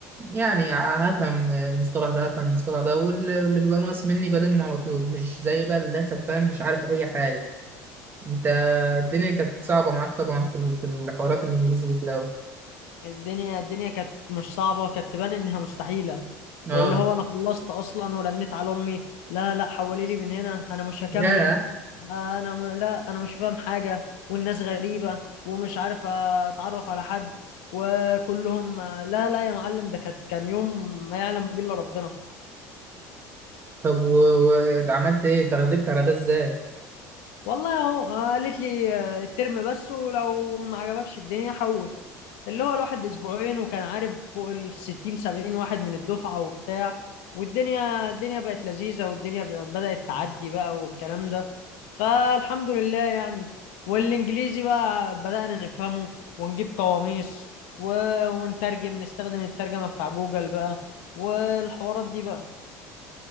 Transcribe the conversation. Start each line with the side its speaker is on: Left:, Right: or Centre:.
Right: يعني هفهم المصطلح ده هفهم المصطلح ده واللي واللي بيبقى ناقص مني بلمه على طول مش زي بقى اللي داخل فاهم مش عارف اي حاجه انت الدنيا كانت صعبه معاك طبعا في في الحوارات الانجليزي دي في الاول
Left: الدنيا الدنيا كانت مش صعبة كانت تبان انها مستحيلة
Right: اه
Left: واللي هو انا خلصت اصلا ورنيت على امي لا لا حولي لي من هنا انا مش هكمل
Right: يا
Left: انا م... لا انا مش فاهم حاجة والناس غريبة ومش عارف اتعرف على حد وكلهم لا لا يا معلم ده كانت كان يوم ما يعلم به الا ربنا
Right: طب و- وعملت ايه تغلبت على ده ازاي
Left: والله اهو آه، قالت لي آه، الترم بس ولو ما عجبكش الدنيا حول اللي هو الواحد اسبوعين وكان عارف فوق ال 60 70 واحد من الدفعه وبتاع والدنيا الدنيا بقت لذيذه والدنيا ب- بدات تعدي بقى والكلام ده فالحمد لله يعني والانجليزي بقى بدانا نفهمه ونجيب قواميس و... ونترجم نستخدم الترجمه بتاع جوجل بقى والحوارات دي بقى